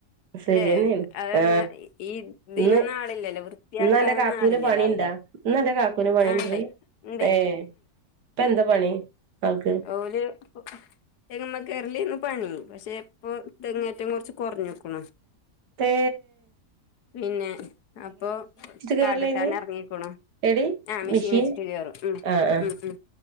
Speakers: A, on the right (about 75°); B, on the left (about 70°).
A: ശരിയെന്നാണ്
B: ല്ലേ അതെന്നാ
A: ആ
B: ഈ ഇതിനൊന്നും
A: ഇന്ന്
B: ആളില്ലല്ലോ വൃത്തിയാക്കാനൊന്നും
A: ഇന്ന് അന്റെ കാക്കൂവിന്
B: ആളില്ലല്ലോ
A: പണി
B: അവിടെ
A: ല്ല കാക്കുന് പണിണ്ടറി
B: ആ ഇണ്ടേ ഇണ്ടേ
A: ഏ ഇപ്പ എന്താ പണി? ആൾക്ക്
B: ഓര് തെങ്ങുമ്മ കേറല്. പണി പക്ഷെ ഇപ്പൊ തെങ്ങേറ്റം കുറച്ച് കുറഞ്ഞുക്കുണു
A: ഏ.
B: പിന്നെ അപ്പൊ
A: കേറലേന്ന്
B: കാട് വെട്ടാൻ ഇറങ്ങിക്കുണു.
A: എടി
B: ആഹ മെഷീൻ
A: മിഷീൻ
B: വെച്ചിട്ട് കേറും ഉ
A: ആ ആ
B: ഉ ഉ